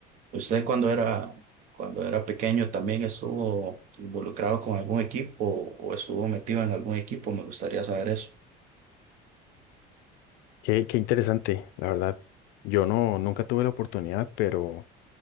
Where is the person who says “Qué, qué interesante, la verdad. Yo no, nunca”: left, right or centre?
Left